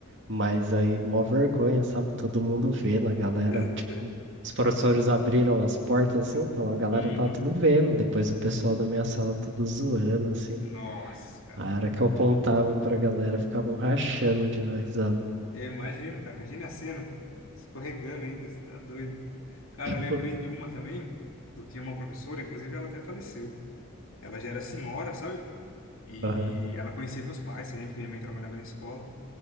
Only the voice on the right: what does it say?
Mas aí, mó vergonha, sabe? Todo mundo vendo, a galera.
Tipo, os professores abriram as portas assim, então a galera
tá tudo vendo. Depois o pessoal da minha sala tudo zoando, assim.
A hora que eu contava pra galera, ficavam rachando de dar risada.
<laughs>
Aham.